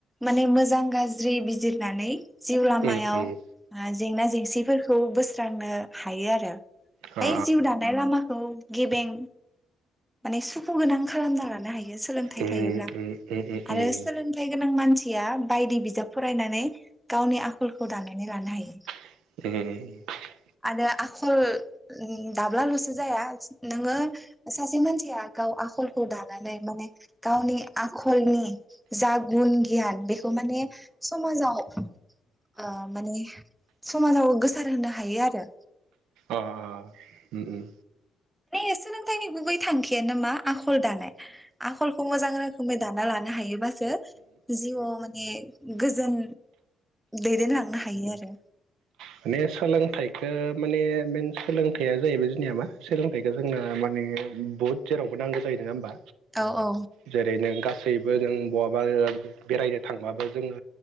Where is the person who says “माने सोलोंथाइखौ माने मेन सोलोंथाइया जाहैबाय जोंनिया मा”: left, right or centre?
Right